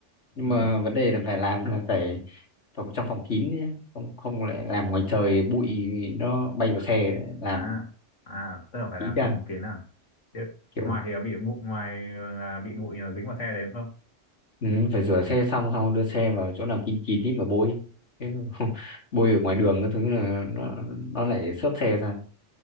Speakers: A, on the left; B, on the left.
A: nhưng
B: Ừ.
A: mà vấn đề là phải làm là phải phòng trong phòng kín nhé. không không lại làm ngoài trời bụi nó bay vào
B: À,
A: xe làm
B: à, à, tức là phải làm
A: ý ra
B: trong kín à. Thế
A: kiểu
B: ngoài thì là bị bụi, ngoài là bị bụi nó dính vào xe đấy đúng không?
A: ừ, phải rửa xe xong xong đưa xe vào chỗ nào kín kín đi mà bôi chứ <laughs> bôi ở ngoài đường cái thứ là nó nó lại xước xe ra